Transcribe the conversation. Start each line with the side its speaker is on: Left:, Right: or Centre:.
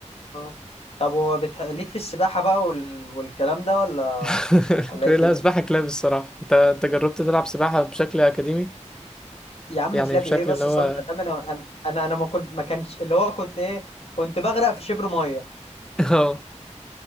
Left: اه طب وبتح... ليك في السباحة بقى وال... والكلام ده ولا
Centre: <laughs>
Left: ولا
Centre: لا
Left: ايه الدنيا؟
Centre: سباحة كلاب الصراحة انت انت جربت تلعب سباحة بشكل أكاديمي
Left: يا عم
Centre: يعني
Left: كلاب
Centre: بشكل
Left: ايه بس
Centre: اللي هو
Left: صلي على النبي انا انا انا أنا ما كنت ما كانش اللي هو كنت ايه كنت بغرق في شبر ميه
Centre: <laughs> اه